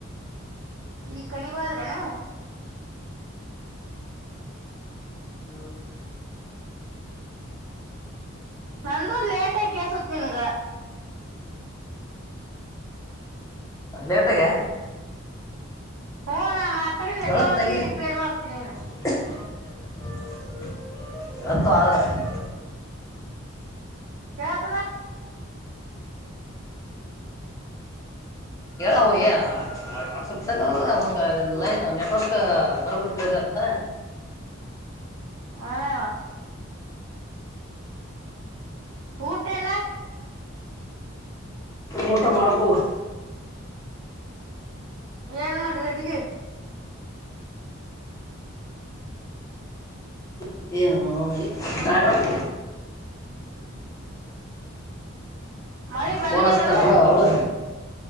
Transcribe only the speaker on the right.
ಈಗ ಕಣಿವಾದ್ರನ್.
ಹ <unintelligible> ನಂದು ಲೇಟಗಿ ಕೇಳಿಸಿತ್ ನಿನಗ.
ಹ್ಮ್ ನಾ ಮಾತಡಿಂದ
ಎಟೋತಿಗಿ
ರಿಪ್ಲೈ ಮಾಡ್ತಿ ನಿನ್.
ಕೇಳ್ ತದ.
ಹಾಯಾ ಊಟೆನ
ಏನ್ ಮಾಡ್ ರಿ ಅಡಗಿ
ಹ್ಮ
ಮಳಿ ಬಂದದನ